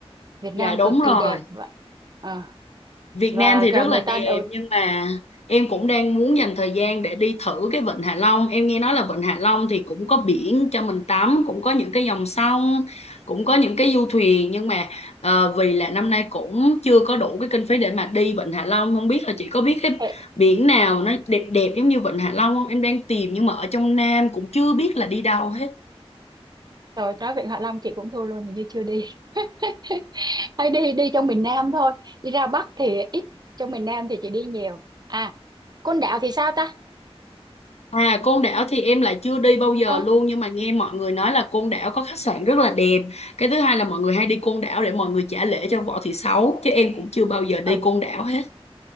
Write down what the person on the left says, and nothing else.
dạ
đúng
rồi
Việt
Nam thì
rất
là
đẹp
nhưng mà em cũng đang muốn dành thời gian để đi thử cái Vịnh Hạ Long. Em nghe nói là Vịnh Hạ Long thì cũng có biển cho mình tắm, cũng có những cái dòng sông, cũng có những cái du thuyền nhưng mà ờ, vì là năm nay cũng chưa có đủ cái kinh phí để mà đi Vịnh Hạ Long, không biết là chị có biết cái
biển nào nó đẹp đẹp giống như Vịnh Hạ Long không? Em đang tìm nhưng mà ở trong Nam cũng chưa biết là đi đâu hết.
À, Côn Đảo thì em lại chưa đi bao giờ
luôn nhưng mà nghe mọi người nói là Côn Đảo có khách sạn rất là đẹp. Cái thứ hai là mọi người hay đi Côn Đảo để mọi người trả lễ cho Võ Thị Sáu chứ em cũng chưa bao giờ đi
Côn Đảo hết.